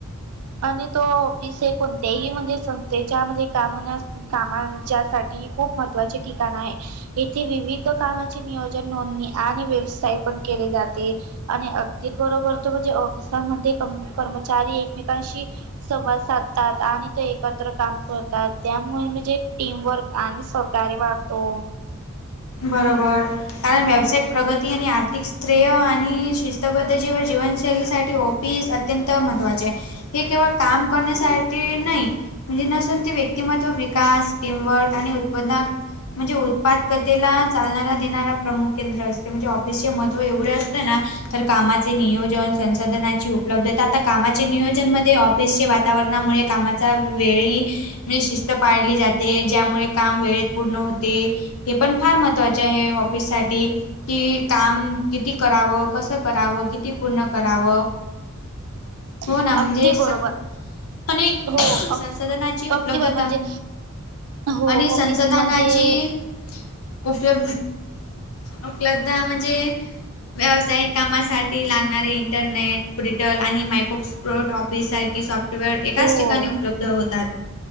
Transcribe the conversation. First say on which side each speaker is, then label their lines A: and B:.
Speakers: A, on the right (about 80°); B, on the left (about 70°).
A: आणि तो, ऑफिस हे कोणत्याही म्हणजे संस्थेच्या म्हणजे, काम न कामांच्यासाठी खूप महत्त्वाचे ठिकाणं आहे. येथे, विविध कामाची नियोजन, नोंदणी, आणि व्यवसाय पण केले जाते, आणि अगदीर बरोबर म्हणजे ऑफिसमध्ये, कर्मचारी एकमेकांशी संवाद साधतात, आणि ते एकत्र काम करतात. त्यामुळे, म्हणजे, टीमवर्क आणि सहकार्य वाढतो.
B: बरोबर, कारण व्यावसायिक प्रगती, आणि आर्थिक श्रेय, आणि शिस्तबद्धती व जीवनशैलीसाठी ऑफिस अत्यंत महत्त्वाचे आहे. हे केवळ काम करण्यासाठी नाही, म्हणजे, नसून ते व्यक्तिमत्व कास्ट, स्टीमवर्क आणि उत्पन्न म्हणजे, उत्पादकतेेला चालणारा देणारा प्रमुख केंद्र असते, म्हणजे, ऑफिसचे महत्व एवढे असते ना तर, कामाचे नियोजन, संसाधनाची उपलब्धता, आता, कामाचे नियोजन मध्ये ऑफिसच्या वातावरणामुळे, कामाचा वेळी, म्हणजे, शिस्त पाळली जाते, ज्यामुळे काम वेळेत पूर्ण होते. हे पण, फार महत्त्वाचे आहे, ऑफिस साठी की, काम किती करावं, कसं करावं, किती पूर्ण करावं?
A: <inaudible>
B: हो ना, म्हणजे
A: बरोबर
B: स... पण, एक,
A: हो
B: संसाधनाची
A: अग
B: उपलब्धता
A: अगदी बरोबर म्हणजे हो
B: आणि संसाधनाची
A: ऑफिसमध्ये
B: उपलब्धता. उपलब्ध म्हणजे, व्यावसायिक कामासाठी लागणारे इंटरनेट. रिटेल आणि मायक्रोसॉफ्ट ऑफिससारखी सॉफ्टवेअर एकाच
A: हो
B: ठिकाणी उपलब्ध होतात.